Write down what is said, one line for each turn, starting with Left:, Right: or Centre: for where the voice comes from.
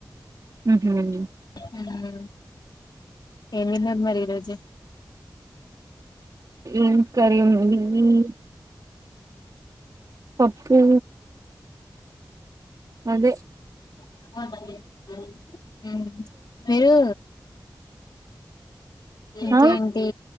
Right: టిఫిన్ అయ్యింది
Left: హ్మ్ ఏం తిన్నారూ మరి ఈ రోజు
Right: ఏం కర్రి వండినవ్ <unintelligible> పప్పు అదే
Left: <unintelligible> హ్మ్ మీరు ఇంకేంటి
Right: ఆ